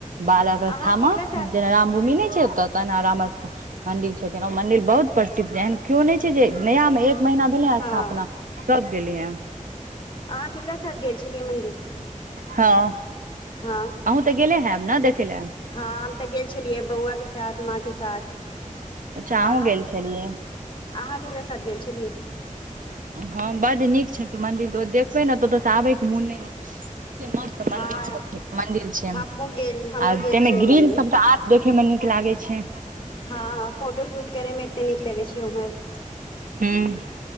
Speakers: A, on the right; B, on the left.
A: बाल वस्थामे
B: अहाँ केकरा साथ
A: जेना राम। नहि छै ओत तऽ ने राम स्थ मंदिर छथिन मंदिर बहुत प्रसिद्ध एन के नहि छै, जे नया मे एक महीना भेलै हस्थ
B: हँ
A: अपना सभ गेलै हे।
B: अहाँ केकरा साथ गेल छलियै मन्दिर
A: हँ
B: हँ।
A: अहूँ तऽ गेले हैब, ने देखै लऽ
B: हँ, हम त गेल छलियै बौआ के साथ माँ के साथ
A: अच्छा, अहुँ
B: अहाँ
A: गेल छलियै।
B: अहाँ, केकरा साथ गेल छलियै?
A: हँ बड़ निक छै मंदिर तऽ देखबे ने तऽ आबै के मन नहि मस्त मन्दिर
B: हँ
A: मन्दिर छै,
B: हमहुँ गेल हमहुँ
A: आ
B: गेल
A: तमे
B: छियै
A: ग्र
B: मंदिर
A: सभ देखेमे निक लागै छै।
B: हँ, फोटो शूट करै मे एते निक लगै छै, उम्हर
A: हँ।